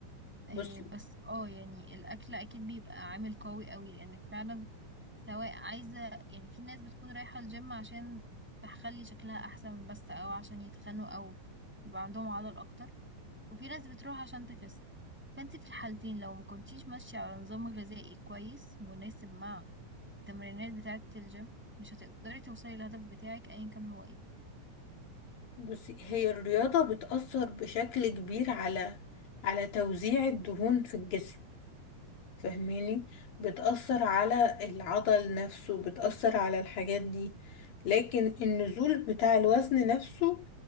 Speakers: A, in the centre; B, on the left.
A: إيه
B: بص
A: بس اه يعني الاكل اكيد بيبقى عامل قوي قوي لانك فعلا سواء عايزة يعني في ناس بتكون رايحة الجيم عشان تخلي شكلها احسن بس او عشان يتخنوا او يبقى عندهم عضل اكتر وفي ناس بتروح عشان تخس فانت في الحالتين لو ما كنتيش ماشية على نظام غذائي كويس مناسب مع التمرينات بتاعة الجيم مش هتقدري توصلي للهدف بتاعك ايا كان هو ايه
B: بصي هي الرياضة بتأثر بشكل كبير على على توزيع الدهون في الجسم فاهماني بتأثر على العضل نفسه بتأثر على الحاجات دي لكن النزول بتاع الوزن نفسه